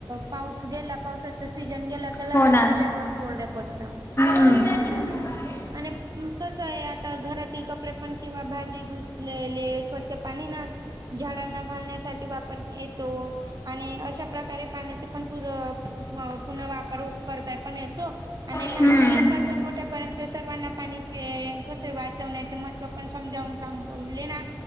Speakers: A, on the right; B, on the left.
A: पाऊस अ गेला त्याचा सीझन गेला की लगेच
B: हो ना.
A: नद्या पण कोरड्या पडता.
B: <unintelligible>
A: हम्म. आणि कसं आहे आता घरातील कपडे पण किंवा भाजी धुतलेले स्वच् ते पाणी ना झाडांना घालण्यासाठी वापर येतो आणि अशा प्रकारे पाण्याचे पण पुर हं पुन्हा वापर करताय पण येतो आणि
B: हम्म
A: लहान मुलांचा असून मोठ्या पर्यत सर्वांना पाणीचे कस वाचवण्याचे महत्त्व पण समजावून सांगवले ना